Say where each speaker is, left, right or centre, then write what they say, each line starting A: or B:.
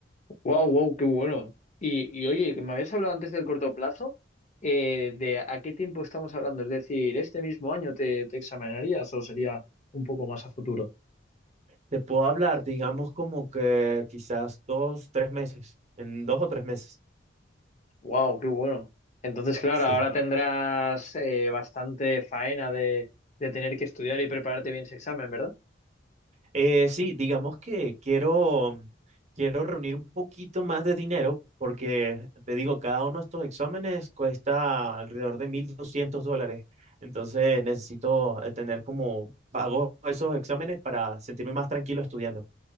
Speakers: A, on the left; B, on the right.
A: Wow, wow, qué bueno. Y, y oye, que me habías hablado antes del corto plazo, eh, de a qué tiempo estamos hablando, es decir, ¿este mismo año te, te examinarías o sería un poco más a futuro?
B: Te puedo hablar, digamos, como que quizás dos, tres meses, en dos o tres meses.
A: Wow, qué bueno. Entonces, claro,
B: Sí,
A: ahora tendrás eh, bastante faena de, de tener que estudiar y prepararte bien ese examen, ¿verdad?
B: Eh, sí, digamos que quiero, quiero reunir un poquito más de dinero porque, te digo, cada uno de estos exámenes cuesta alrededor de 1.200 dólares, entonces necesito eh, tener como, pago esos exámenes para sentirme más tranquilo estudiando.